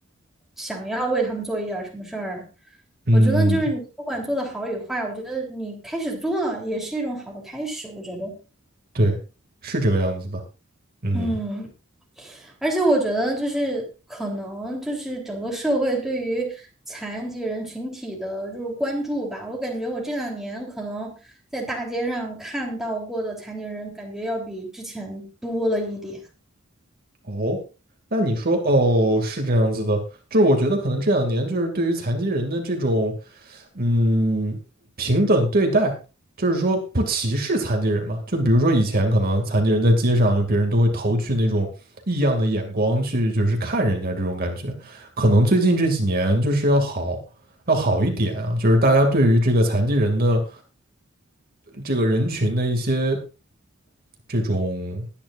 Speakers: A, in the centre; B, on the right.
A: 想要为他们做一点儿什么事儿。
B: 嗯，
A: 我觉得就是你不管做的好与坏，我觉得你开始做了也是一种好的开始，我觉得，
B: 对，是这个样子的。嗯，
A: 嗯。而且我觉得就是可能就是整个社会对于残疾人群体的就是关注吧，我感觉我这两年可能在大街上看到过的残疾人，感觉要比之前多了一点。
B: 哦，那你说哦是这样子的，就是我觉得可能这两年就是对于残疾人的这种嗯平等对待，就是说不歧视残疾人嘛。就比如说以前可能残疾人在街上，就别人都会投去那种异样的眼光去，就是看人家这种感觉。可能最近这几年就是要好要好一点啊，就是大家对于这个残疾人的这个人群的一些这种